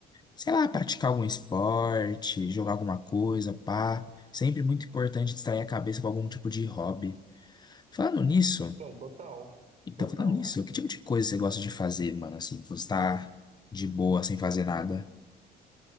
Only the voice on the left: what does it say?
sei lá, praticar algum esporte, jogar alguma coisa, pá. Sempre muito importante distrair a cabeça com algum tipo de hobby. Falando nisso,
então,
falando nisso, que tipo de coisa você gosta de fazer, mano? Assim, que você tá de boa, sem fazer nada?